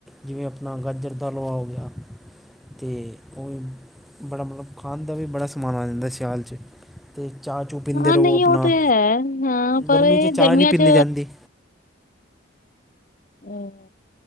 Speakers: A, in the centre; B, on the left.
A: ਜਿਵੇਂ ਆਪਨਾ ਗਾਜਰ ਦਾ ਹਲਵਾ ਹੋ ਗੇਆ। ਤੇ ਓ ਬੜਾ ਮਤਲਬ ਖਾਨ ਦਾ ਵੀ ਬੜਾ ਸਮਾਨ ਆ ਜਾਂਦਾ ਸਿਆਲ ਚ। ਤੇ ਚਾ ਚੂ ਪੀਂਦੇ
B: ਹਾਂ
A: ਰਵੋ
B: ਨਹੀਂ
A: ਆਪਨਾ।
B: ਉਹ ਤੇ ਹੈ ਹਾਂ ਪਰ
A: ਗਰਮੀ
B: ਇਹ
A: ਚ ਚਾਅ
B: ਗਰਮੀਆਂ
A: ਏ ਨੀ ਪੀਂਦੀ
B: ਚ
A: ਜਾਂਦੀ।
B: ਹੂੰ,